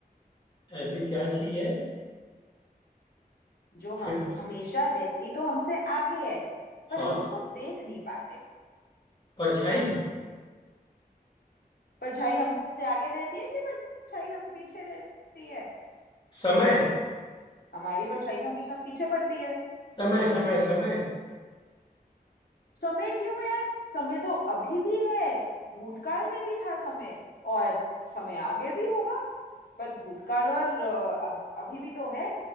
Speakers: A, on the left; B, on the left.
A: ऐसी क्या चीज है
B: जो
A: फिर
B: हम
A: से बोलो।
B: हमेशा रहती तो हमसे आगे है पर
A: हाँ
B: हम उसको देख नहीं पाते
A: परछाई
B: परछाई हमसे आगे रहती है कि परछाई हम पीछे रहती है
A: समय
B: हमारी परछाई तो हमेशा पीछे पड़ती है
A: समय समय समय
B: समय क्यों यार समय तो अभी भी है भूतकाल में भी था समय और समय आगे भी होगा पर भूतकाल और अ, अब अभी भी तो है